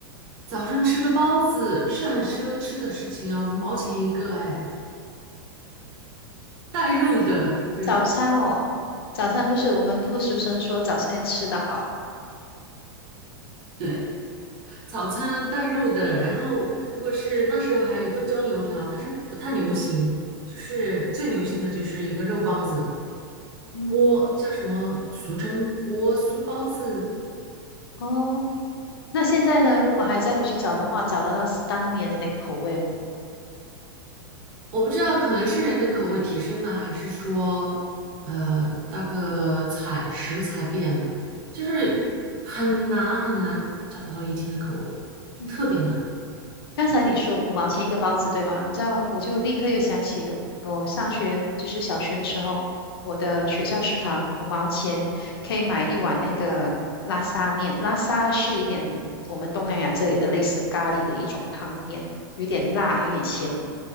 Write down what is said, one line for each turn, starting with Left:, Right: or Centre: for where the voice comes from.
Right: 早上吃个包子是很奢侈的事情啊，五毛钱一个，哎，带肉的还是
Left: 早餐哦，早餐不是我们不俗称说早餐要吃得好，
Right: 对早餐带肉的。然后如果是那时候还有豆浆油条，但是不太流行，就是最流行的就是一个肉包子，
Left: 嗯，
Right: 波叫什么，俗称波酥包子。
Left: 哦，那现在呢？如果还再回去找的话，找得到是当年的那个口味吗？
Right: 我不知道，可能是人的口味提升呢，还是说，呃，那个采食材变了，就是很难很难找到以前的口味，
Left: 嗯嗯，
Right: 特别难，
Left: 刚才你说五毛钱一个包子，对吧？你知道，我就立刻又想起了我上学，就是小学的时候，我的学校食堂五毛钱，可以买一碗那个拉沙面。拉沙是一点我们东南亚这里的类似咖喱的一种汤面，有点辣，有点咸。